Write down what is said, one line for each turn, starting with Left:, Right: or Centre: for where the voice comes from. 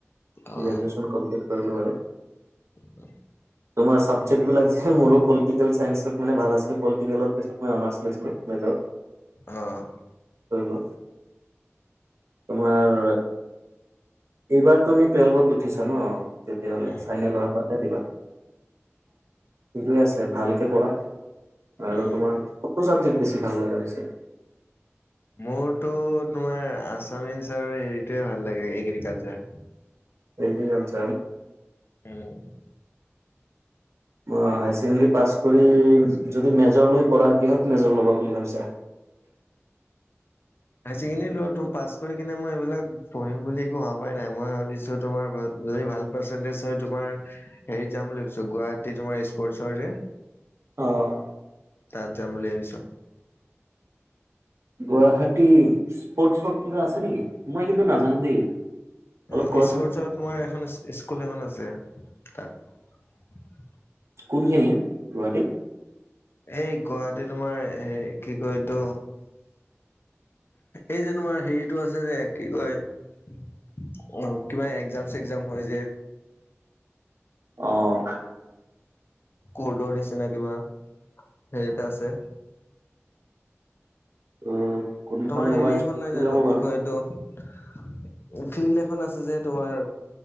Left: অ',
Right: গ্ৰেজুৱেশ্যন কমপ্লিট কৰিলোঁ বাৰু।
Left: <inaudible>
Right: তোমাৰ ছাবজেক্টবলাক যে মোৰো পলিটিকেল চায়ন্ঞ্চত মানে ভাল আছিলে পলিটিকেলৰ পিছত মই অনাৰচ লৈছিলো মেজত।
Left: অ'।
Right: কৰিলো তোমাৰ এইবাৰ তুমি টুৱেল্ভত উঠিছা ন, তেতিয়াহ'লে
Left: উম।
Right: চাইনেলহে পাঠাই দিবা। ঠিকে আছে ভালকে পঢ়া আৰু
Left: উম।
Right: তোমাৰ কোনটো চাবজেক্ট বেছি ভাল লগাগা হৈছে।
Left: মোৰতো তোমাৰ আছামিজ আৰু হেৰিটোৱে ভাল লাগে এগ্ৰিকালচাৰ।
Right: <inaudible>
Left: উম।
Right: হায় ছেকেণ্ডৰী পাছ কৰি যদি মেজৰ লৈ পঢ়া কিহত মেজৰ ল'বা বুলি ভাবিছা। <inaudible>
Left: হাই ছেকেণ্ডৰী ল ত পাছ কৰি কিনে মই এইবিলাক পঢ়িম বুলি একো ভাই নাই মই ভাবিছো তোমাৰ যদি ভাল পাৰ্চেন্টেজ হয় তোমাৰ হেৰিত যাম বুলি ভাবিছো গুৱাহাটী তোমাৰ স্পৰ্টচৰ যে
Right: অ'।
Left: তাত যাম বুলি ভাবিছোঁ।
Right: গুৱাহাটী স্পৰ্ কিবা আছে নেকি মই কিন্তু নাজানো দেই। অলপ
Left: অ,
Right: কোৱাচোন
Left: স্পৰ্টচৰ তোমাৰ এখন স্কুল এখন আছে তাত।
Right: কোনখিনি গুৱাহাটীত।
Left: এই গুৱাহাটী তোমাৰ হে কি কয় এইটো এই যে তোমাৰ হেৰিতটো আছে যে কি কয় আহ কিবা একজাম, চেগ্জাম হয় যে।
Right: অ'।
Left: কৰ্ডৰ নিচিনা কিবা সেইটা আছে।
Right: ত কোনফালে
Left: তোমাৰ হেৰি
Right: হ'বা
Left: এখন নাই জানো
Right: যাব
Left: কি
Right: বাৰু
Left: কয় এইটো ফিল্ড এখন আছে যে তোমাৰ